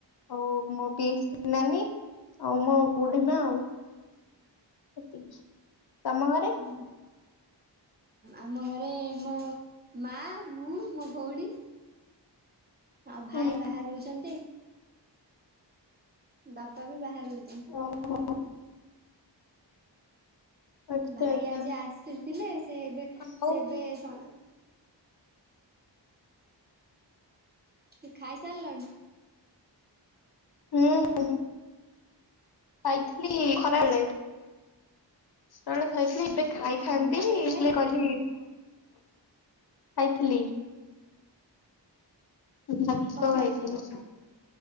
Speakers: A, on the left (about 60°); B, on the right (about 20°).
A: ଆଉ ମୋ ପିଇସୀ ନାନୀ ଆଉ ମୋ ବୁଢୀମା ଆଉ। ଏତିକି ତମ ଘରେ।
B: ହୁଁ। ଆମ ଘରେ ମୋ ମା, ମୁଁ, ମୋ ଭଉଣୀ। ଆଉ ଭାଇ
A: ହୁଁ
B: ବାହାରେ ରହୁଛନ୍ତି। ବାପା ବି ବାହାରେ ରହୁଛନ୍ତି।
A: <inaudible> ଆଚ୍ଛା
B: ଭାଇ
A: ଆଚ୍ଛା
B: ଆଜି ଆସିଥିଲେ ସେ ଏବେ ସେ
A: ଆଉ
B: ଏବେ ସ କି ଖାଇ ସାରିଲଣି?
A: ହୁଁ ହୁଁ। ଖାଇଥିଲି ଖରା ବେଳେ। ବେଳେ ଖାଇଥିଲି ଏବେ ଖାଇଥାନ୍ତି
B: ସନ୍ଧ୍ୟା
A: ହେଲେ
B: ବେଳେ ଖାଇନା
A: କହିଲି ଖାଇଥିଲି। <inaudible>
B: କଣ ଖାଇଥିଲ?